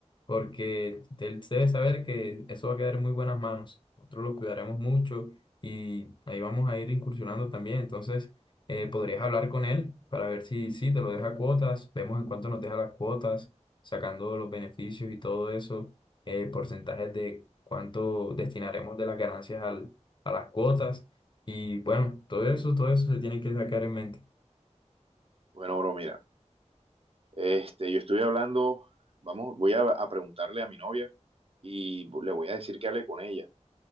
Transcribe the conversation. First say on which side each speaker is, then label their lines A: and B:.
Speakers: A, on the left; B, on the right.
A: porque él debe saber que eso va a quedar en muy buenas manos. Nosotros lo cuidaremos mucho y ahí vamos a ir incursionando también. Entonces, eh, podrías hablar con él para ver si, si te lo deja cuotas, vemos en cuánto nos deja las cuotas, sacando los beneficios y todo eso, eh, porcentajes de cuánto destinaremos de las ganancias al, a las cuotas. Y bueno, todo eso, todo eso se tiene que sacar en mente.
B: Bueno, bro, mira, este, yo estuve hablando, vamos, voy a, a preguntarle a mi novia y le voy a decir que hable con ella.